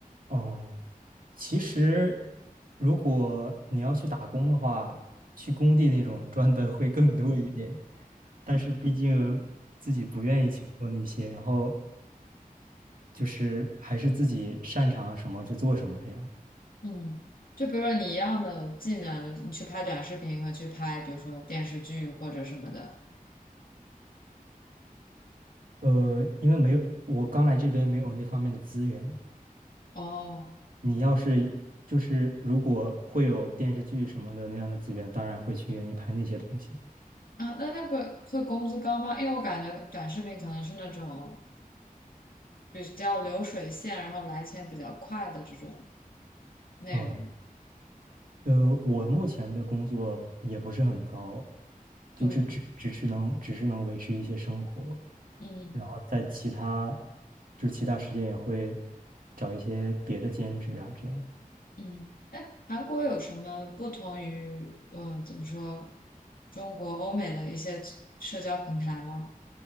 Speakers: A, on the right (about 70°); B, on the left (about 75°).
A: 哦，其实如果你要去打工的话，去工地那种赚的会更多一点，但是毕竟自己不愿意去做那些，然后就是还是自己擅长什么就做什么这样。
B: 嗯，就比如说你一样的技能，你去拍短视频和去拍，比如说电视剧或者什么的。
A: 呃，因为没有，我刚来这边没有那方面的资源。
B: 哦，
A: 你要是就是如果会有电视剧什么的那样的资源，当然会去愿意拍那些东西。
B: 啊，那那个会工资高吗？因为我感觉短视频可能是那种比较流水线，然后来钱比较快的这种内容。
A: 啊、呃，我目前的工作也不是很高，就是只只是能只是能维持一些生活，
B: 嗯嗯
A: 然后在其他就是其他时间也会找一些别的兼职啊，这样
B: 嗯。哎，韩国有什么不同于我怎么说中国、欧美的一些社交平台吗？